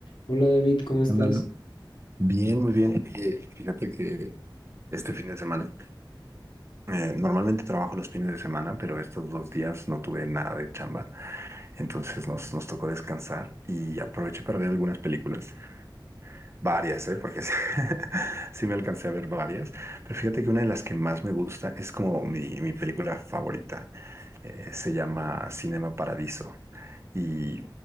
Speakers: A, on the left; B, on the right.
A: Hola David, ¿cómo estás?
B: ándalo Bien, muy bien. Oye, fíjate que este fin de semana, eh, normalmente trabajo los fines de semana, pero estos dos días no tuve nada de chamba, entonces nos, nos tocó descansar y aproveché para ver algunas películas. Varias, ¿eh? Porque sí, <laughs> sí me alcancé a ver varias. Pero fíjate que una de las que más me gusta es como mi, mi película favorita. Eh, se llama Cinema Paradiso y